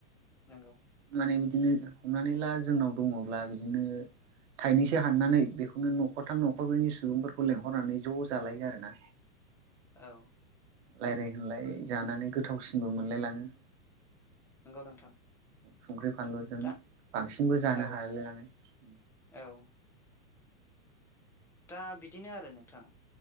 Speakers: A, in the centre; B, on the right (about 45°).
A: नंगौ
B: माने बिदिनो हमनानै ला जोंनाव दङब्ला बिदिनो थाइनैसो हाननानै बेखौनो न'खरथाम न'खरनि सुबुंफोरखौ लेंहरनानै ज' जालायो आरो ना
A: औ
B: रायज्लाय होनलाय जानानै गोथावसिनबो मोनलायलाङो
A: नंगौ नोंथां
B: संख्रि फानलुजों
A: दा
B: बांसिनबो जानो
A: औ
B: हालाय लाङो।
A: औ दा बिदिनो आरो नोंथां